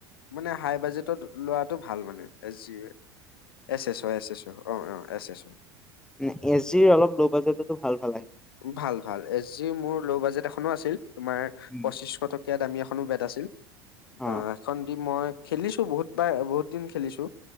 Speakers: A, on the left; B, in the centre.
A: মানে হাই বাজেটত লোৱাটো ভাল মানে এছ জি য়ে এছ এছৰ অ এছ এছ অঁ অঁ এছ ছৰ।
B: উ এছ জিৰ অলপ লওঁ বাজেটতো ভাল ভাল আহে।
A: ভাল ভাল এছ জি মোৰ ল' বাজেট এখনো আছিল তোমাৰ
B: উম,
A: পঁচিশ টকা। ইয়াত আমি এখনো বেট আছিল,
B: অ
A: আহ হেইখন দি মই খেলিছো বহুতবাৰ বহুত দিন খেলিছো।